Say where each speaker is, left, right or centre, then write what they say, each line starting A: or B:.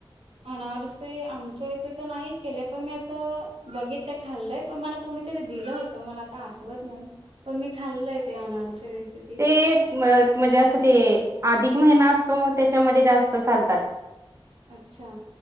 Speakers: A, on the right (about 85°); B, on the right (about 30°).
A: अनारसे आमच्या इथे तर नाही केलेय, पण मी असं बघितलंय खाल्लंय पण मला कोणीतरी दिलं होत मला आता आठवत नाही, पण मी खाल्लं आहे ते अनारस रेसिपी.
B: ते म्हणजे असं ते अधिक महिना असतो त्याच्यामध्ये जास्त चालतात. <inaudible>
A: अच्छा.